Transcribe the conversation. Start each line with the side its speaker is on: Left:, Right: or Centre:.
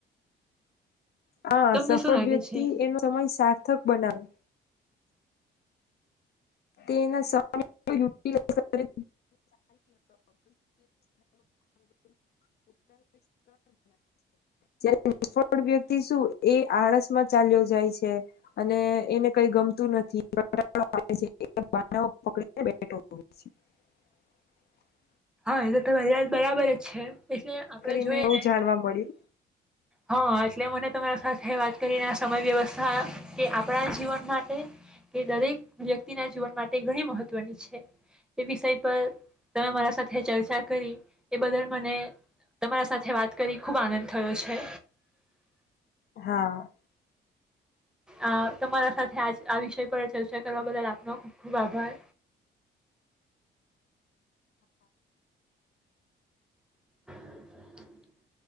Left: હા
Centre: તમને
Left: સફળ
Centre: શું લાગે
Left: વ્યક્તિ
Centre: છે
Left: એનો સમય સાર્થક બનાવે. તે એના સમયનું યુટિલાઇઝ <inaudible> નિષ્ફળ વ્યક્તિ શું એ આળસમાં ચાલ્યો જાય છે અને એને કઈ ગમતું નથી <inaudible> ને <inaudible>
Centre: હા એ હ એઆટ બરાબર જ છે એટલે આપડે
Left: કરીને
Centre: જોઈ
Left: બહુ
Centre: ને
Left: જાણવા મળ્યું
Centre: હા એટલે મને તમારા સાથે વાત કરીને આ સમય વ્યવસ્થા કે આપણા જીવન માટે કે દરેક વ્યક્તિના જીવન માટે ઘણી મહત્વની છે એ વિષય પર તમે મારા સાથે ચર્ચા કરી એ બદલ મને તમારા સાથે વાત કરી ખૂબ આનંદ થયો છે.
Left: હા.
Centre: આ તમારા સાથે આજ આ વિષય પર ચર્ચા કરવા બદલ આપનો ખુબ ખુબ આભાર. <inaudible>